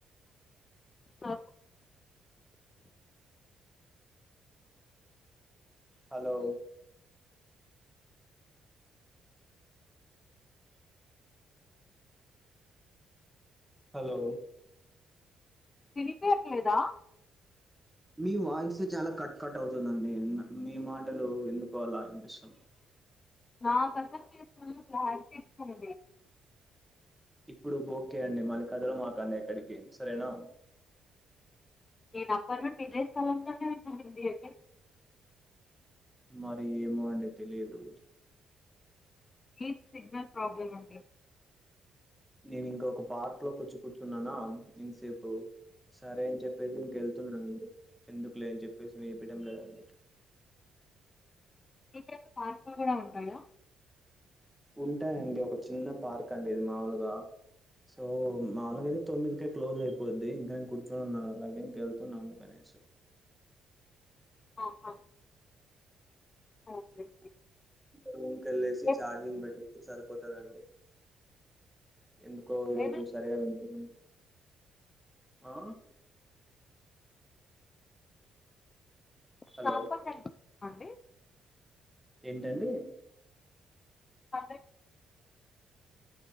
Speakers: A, on the left; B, in the centre.
A: ఆ
B: హలో హలో
A: వినిపయట్లేదా
B: మీ వాయిసే చాలా కట్ కట్ అవుతుందండి మీ మాటలు ఎందుకో అలా అనిపిస్తున్నయి
A: నాకు <unintelligible> క్లారిటీ ఉంది
B: ఇప్పుడు ఓకే అండి మళ్ళీ కదలమాకండి ఎక్కడికి సరేనా
A: నేను అప్పటినుండి ఇదే స్థలం లోనే ఉన్నానండి ఎక్కడికి
B: మరి ఏమో అండి తెలీదు
A: మీది సిగ్నల్ ప్రాబ్లమ్ అండి
B: నేను ఇంక ఒక పార్క్లోకొచ్చి కూర్చున్నానా ఇంతసేపు సరే అని చెప్పేసి ఇంకెళ్తున్నానండి ఎందుకులే అని చెప్పేసి మీకు వినిపియ్యడం లేదని
A: మీ ఇంటి దగ్గర పార్కులు కూడా ఉంటాయా
B: ఉంటాయండి ఒక చిన్న పార్క్ అండి ఇది మామూలుగా సో మాముూలుగా అయితే తొమ్మిదికే క్లోజ్ అయిపోద్ది ఇంక నేను కూర్చొనిన్నాను అలాగే ఇంకెళ్తున్నాను అనేసి
A: ఆహ ఓకే
B: రూమ్ కెళ్ళేసి
A: ఏమేమి
B: ఛార్జింగ్ పెట్టేసి సరిపోతదండి ఎందుకో ఈరోజు
A: ఏమేమి
B: సరిగా వినిపయ్యలేదు ఆ హలో
A: <unintelligible> అండి
B: ఏంటండి
A: అదే